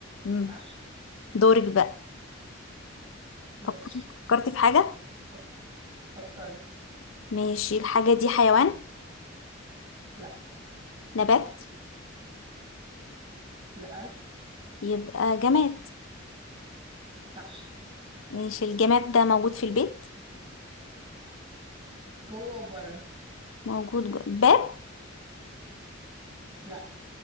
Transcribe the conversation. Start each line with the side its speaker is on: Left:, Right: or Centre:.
Left: أم.
Right: صح
Left: دورك بقى
Right: ماشي
Left: فكرتي فكرتي في حاجة
Right: فك- فكرت
Left: ماشي الحاجة دي حيوان
Right: لا
Left: نبات
Right: لا
Left: يبقى جماد
Right: صح
Left: ماشي الجماد ده موجود في البيت
Right: جوه وبره
Left: موجود جو... باب
Right: لا